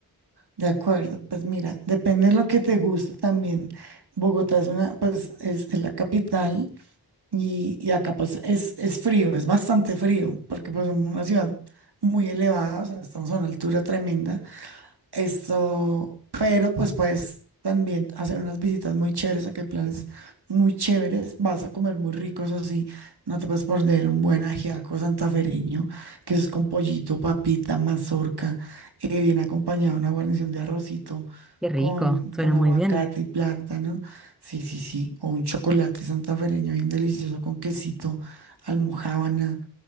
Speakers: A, on the right (about 80°); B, in the centre.
A: de acuerdo. Pues mira, depende de lo que te guste también. Bogotá es una, pues es, es la capital y, y acá pues es, es frío, es bastante frío, porque pues somos una ciudad muy elevada, o sea, estamos a una altura tremenda. Esto, pero pues puedes también hacer unas visitas muy chéveres, acá hay planes muy chéveres, vas a comer muy ricos así, no te puedes perder un buen ajiaco santafereño, que es con pollito, papita, mazorca, eh, viene acompañado de una guarnición de arrocito
B: Qué rico,
A: con,
B: suena
A: con aguacate
B: muy bien.
A: y plátano, sí, sí, sí, o un chocolate santafereño bien delicioso con quesito, almojábana,